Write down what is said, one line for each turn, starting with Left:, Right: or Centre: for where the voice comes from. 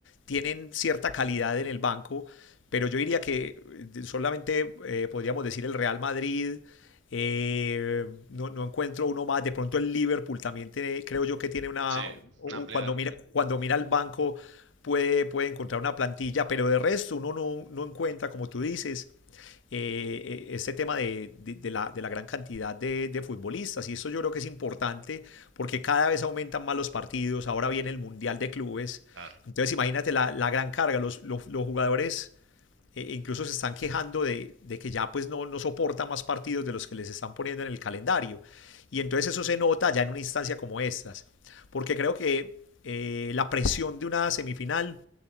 Left: tienen cierta calidad en el banco, pero yo diría que eh, solamente eh, podríamos decir el Real Madrid, eh, no, no encuentro uno más. De pronto el Liverpool también tiene, creo yo que tiene una,
Right: Sí,
Left: u-
Right: una amplia.
Left: cuando mira, cuando mira el banco puede, puede encontrar una plantilla, pero de resto uno no, no encuentra, como tú dices, eh, eh, este tema de, de- de la, de la gran cantidad de, de futbolistas. Y eso yo creo que es importante porque cada vez aumentan más los partidos. Ahora viene el Mundial de Clubes.
Right: Claro,
Left: Entonces imagínate la, la gran carga. Los, los, los jugadores eh, incluso se están quejando de, de que ya pues no, no soporta más partidos de los que les están poniendo en el calendario. Y entonces eso se nota ya en una instancia como estas. Porque creo que eh, la presión de una semifinal